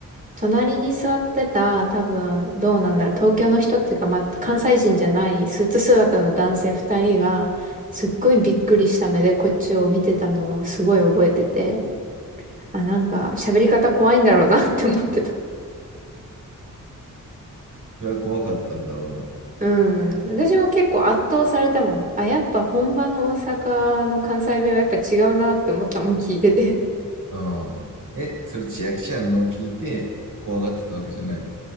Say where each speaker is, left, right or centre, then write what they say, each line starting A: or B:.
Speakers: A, on the right; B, on the right.
A: 隣に座ってた多分どうなんだろう、東京の人っていうか、まあ、関西人じゃないスーツ姿の男性二人がすっごいびっくりした目でこっちを見てたのをすごい覚えてて、あ、なんか喋り方怖いんだろうなって思ってた。
B: それは怖かったんだろうな。
A: うん。私も結構圧倒されたもん。あ、やっぱ本場の大阪の関西弁はやっぱ違うなって思ったもん聞いてて。
B: うん。え、それ千秋ちゃんのを聞いて怖がってたわけじゃないの